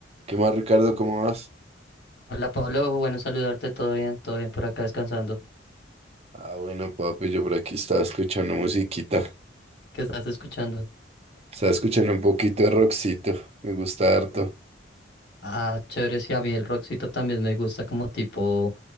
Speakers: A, on the right; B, on the left.
A: ¿Qué más, Ricardo? ¿Cómo vas?
B: Hola Pablo, bueno saludarte, todo bien, todo bien por acá descansando.
A: Ah, bueno, papi, yo por aquí estaba escuchando musiquita.
B: ¿Qué estás escuchando?
A: Estaba escuchando un poquito de rockcito. Me gusta harto.
B: Ah, chévere, sí, a mí el rockcito también me gusta como tipo,